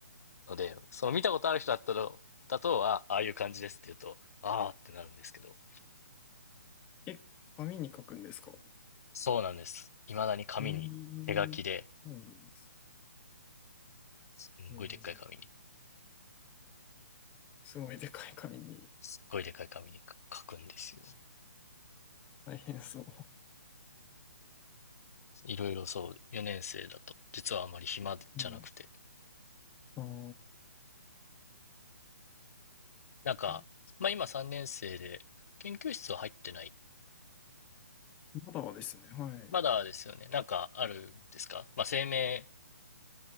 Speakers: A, on the left; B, on the left.
A: ので、その見たことある人だったら、だとは、ああいう感じですって言うと、ああってなるんですけど。
B: え、紙に書くんですか
A: そうなんです。未だに紙に、
B: え
A: 手書きで、
B: えそうなんです。
A: すんごいでっかい紙に、
B: うんすごいでかい紙に。
A: すっごいでっかい紙に書くんですよ。
B: 大変そう。
A: いろいろそう、4年生だと、実はあまり暇じゃなくて。
B: うん。ああ、そ
A: なんか、
B: うだ
A: まあ今3年生で、研究室は入ってない
B: まだですね。はい。
A: まだですよね。なんかあるんですかまあ、生命、